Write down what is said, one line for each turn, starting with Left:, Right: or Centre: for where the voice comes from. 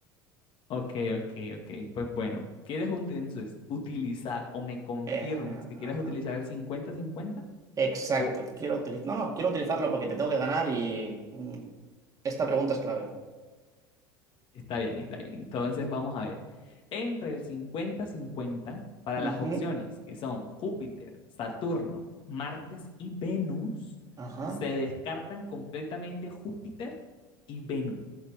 Left: Ok, ok, ok. Pues bueno, ¿quieres un- entonces utilizar o me confirmas
Right: Eh, ajá,
Left: que quieres
Right: ajá.
Left: utilizar el 50-50?
Right: Exacto,
Left: O
Right: quiero utilizar... No, no, quiero utilizarlo porque te tengo que ganar y mm, esta pregunta es clave.
Left: está bien, está bien. Entonces vamos a ver. Entre el 50-50 para
Right: Ujú,
Left: las opciones que son Júpiter, Saturno, Martes y Venus,
Right: Ajá.
Left: se descartan completamente Júpiter y Venus,